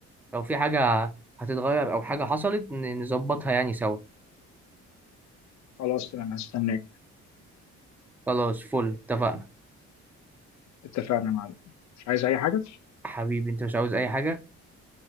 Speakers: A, in the centre; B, on the left.
A: لو في حاجة هتتغير او حاجة حصلت ن- نظبطها يعني سوا
B: خلاص تمام هستناك
A: خلاص فل اتفقنا
B: اتفقنا يا معلم مش عايز اي حاجه
A: حبيبي انت مش عاوز اي حاجة